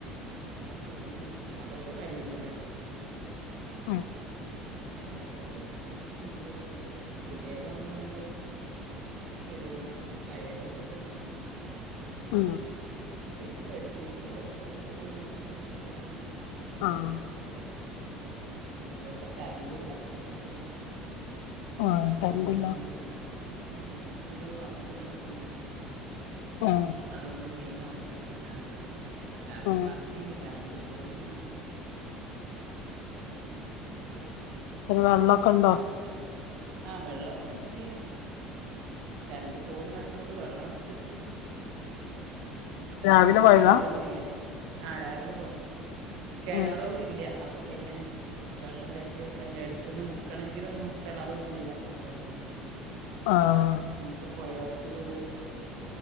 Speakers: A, on the right; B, on the left.
A: അപ്പൊ പിന്നെ അതൊക്കെ കല്ലുമ്മേലലക്കും.
B: അം
A: അല്ലാത്തൊക്കെ മിഷീനിലിടും പുതിയതാവുമ്പ നമ്മള് ഇടൂല പയേതൊക്ക ഇടും.
B: ആ
A: പിന്നെ ബെഡ്സീറ്റും പൊതപ്പും അതൊക്കെ തിരുമ്മാനൊരു സുഖാണ്. വാഷിങ്ങ്മെഷീനിലൊണ്ടായാല്
B: ആഹ്
A: ഇന്നിപ്പോ ഇവിടെ കരണ്ടില്ല അവോണ്ടുപിന്നെ
B: ആഹ് കരണ്ടില്ല
A: തിരുമ്പാനൊന്നും നോക്കീലാ ഊം എന്തോ വർക്ക് നടക്കുന്നോണ്ട്.
B: ഉം
A: അതുകൊണ്ട് മെയിൻ ഓഫാക്കിട്ടാണ് രാവിലെ
B: ഉം
A: പറഞ്ഞീനി കറണ്ടു പോവുന്നന്ന്.
B: അത് നമ്മക്കൊണ്ടോ
A: ആ വെള്ളൊക്കെ അടിച്ചീന്. കറണ്ടു പോവുന്നറിഞ്ഞോണ്ട് വെള്ളം അടിച്ചെക്കും. അല്ല
B: രാവിലെ
A: ഞമ്മക്ക്
B: പോയതാ
A: കെണറൊന്നുല്ല്യേ ആ രാവിലെ പോരാ കെണറൊന്നുല്ല്യ
B: ഉം
A: അപ്പൊ പിന്നെ വെള്ളം കരുതി വെക്കാഞ്ഞാ എടുത്തൊന്ന് മുക്കണെങ്കിലൊന്നും കെണറൊന്നുല്ലാ മുറ്റത്തൊന്നും.
B: ആഹ്
A: നമ്മക്ക് പൊഴവക്കിലൊര്.